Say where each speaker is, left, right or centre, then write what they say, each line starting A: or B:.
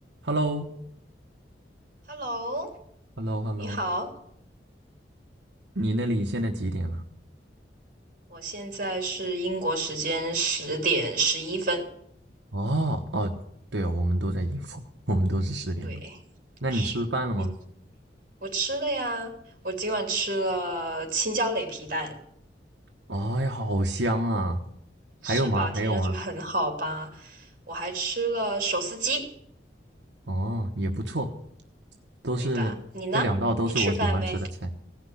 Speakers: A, on the right (about 80°); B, on the right (about 50°).
A: h e l l o
B: Hello，
A: h e l l o h e
B: 你好，
A: l l o 你那里现在几点了？
B: 我现在是英国时间十点十一分。
A: 哦哦，对哦，我们都在英国，<laughs> 我们都是十点钟。
B: 对，
A: 那你吃饭了吗？
B: 是你，我吃了呀，我今晚吃了青椒擂皮蛋，
A: 哎呀，好香啊！还有吗？
B: 是吧？听上去很好吧？
A: 还有吗？
B: 我还吃了手撕鸡，
A: 哦，也不错，都是这两道都是我喜欢吃的菜。
B: 味道。你呢？你吃饭没？